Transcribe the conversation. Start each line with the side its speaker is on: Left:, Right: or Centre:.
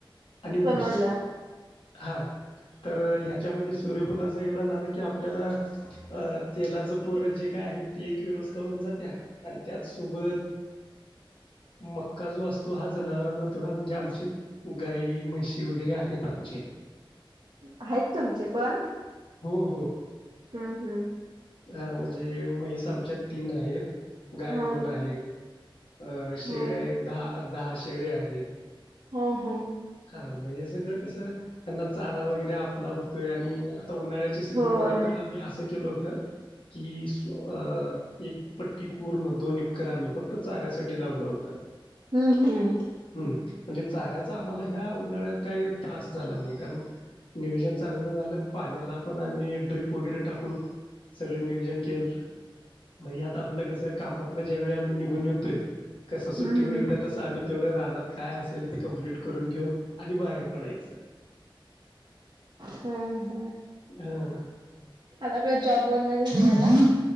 Left: आणि ऊस
Right: समजला.
Left: हा तर ह्याच्यामध्ये सूर्यफुलाचं एकदां झालं की आपल्याला अ तेलाचं पूर जे काय आहे ते एक व्यवस्था होऊन जाते आणि त्याचसोबत मक्का जो असतो तो हा जनावरांना थोडा म्हणजे आमची गाई म्हशी वगैरे आहेत आमचे.
Right: आहेत तुमचे पण.
Left: हो हो.
Right: हम्म हम्म.
Left: अ म्हणजे म्हैस आमच्या तीन आहेत. गाय
Right: हा
Left: दोन आहेत अ शेळ्या
Right: हा.
Left: एक दहा दहा शेळ्या आहेत.
Right: हम् हम्
Left: हा मग हे सगळं कसं त्यांना चारा वगैरे आप ला होतोय आणि आता उन्हाळ्याच्या सीझनमध्येध्ये
Right: होय.
Left: तर आम्ही असं केलं होत. की स् एक पट्टी पूर्ण दोन एकर आम्ही फक्त चाऱ्यासाठी लावलं होतं.
Right: हम्म हम्म.
Left: हम्म म्हणजे चाऱ्याचा आम्हाला ह्या उन्हाळ्यात काही त्रास झाला नाही कारण. नियोजन चांगलं झालं पाण्याला पण आम्ही ड्रीप वगैरे टाकून- सगळं नियोजन केलं. मग यात आपलं कस कामात ज्या वेळी आम्ही निघून येतोय कस सुट्टी
Right: हम्म हम्म.
Left: मिळते तसं आम्ही- तेवढं राहना काय असेल ते कम्प्लीट करून घेऊन आणि बाहेर पडायचं.
Right: हम् हम्.
Left: ह.
Right: आता काय जॉब वर न घरी आला.